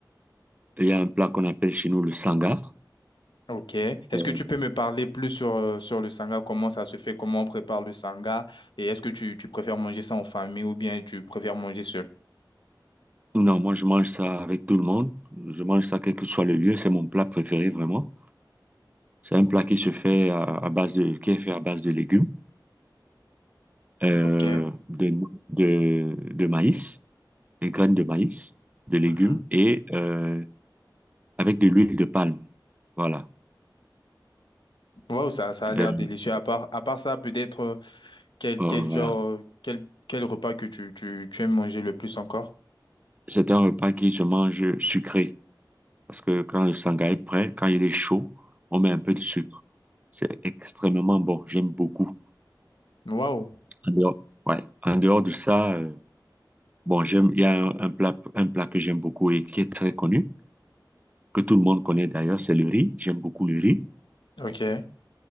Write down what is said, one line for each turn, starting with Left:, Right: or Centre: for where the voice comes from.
Right: Il y a un plat qu'on appelle chez nous le sanga.
Left: Ok. Est-ce
Right: Euh,
Left: que tu peux me parler plus sur, euh, sur le sanga? Comment ça se fait? Comment on prépare le sanga? Et est-ce que tu, tu préfères manger ça en famille ou bien tu préfères manger seul?
Right: non, moi je mange ça avec tout le monde. Je mange ça quel que soit le lieu. C'est mon plat préféré vraiment. C'est un plat qui se fait à, à base de... qui est fait à base de légumes, euh,
Left: Ok.
Right: de, no- de, de maïs, des graines de maïs, de légumes
Left: Mhm.
Right: et euh, avec de l'huile de palme. Voilà.
Left: Wow, ça, ça a l'air
Right: Euh,
Left: délicieux. À part, à part ça, peut-être euh, quel,
Right: euh,
Left: quel
Right: voilà.
Left: genre, euh, quel, quel repas que tu, tu, tu aimes manger le plus encore?
Right: C'est un repas qui se mange sucré. Parce que quand le sangai est prêt, quand il est chaud, on met un peu de sucre. C'est extrêmement bon. J'aime beaucoup.
Left: Waouh,
Right: En dehors, ouais. En dehors de ça, euh, bon, j'aime, il y a un, un plat, un plat que j'aime beaucoup et qui est très connu, que tout le monde connaît d'ailleurs, c'est le riz. J'aime beaucoup le riz.
Left: ok.